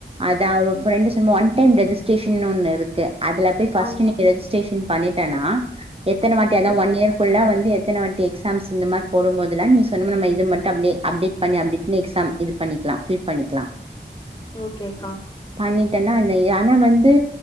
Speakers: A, on the right (about 30°); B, on the left (about 25°).
A: அத அவ ஃப்ரெண்டு ச ஒன் டைம் ரெஜிஸ்டரேஷன் ஒன்னு இருக்கு அதுல போய் பஸ்ட்டு
B: ஆ
A: ரெஜிஸ்ட்ரேஷன் பண்ணிட்டனா எத்தன வாட்டி
B: ஓகேக்கா
A: அதா ஒன் இயர் குள்ள வந்து எத்தன வாட்டி எக்ஸாம்ஸ் இந்த மாரி போடும்போதுல்லா நீ சொன்னம நம்ம இது மட்டு அப்டீயே அப்டேட் பண்ணி அப்டின்னு எக்ஸாம் இது பண்ணிக்கலாம் ஃபீட் பண்ணிக்கலாம்
B: ஓகேக்கா
A: பண்ணிட்டேன்னா நீ ஆனா வந்து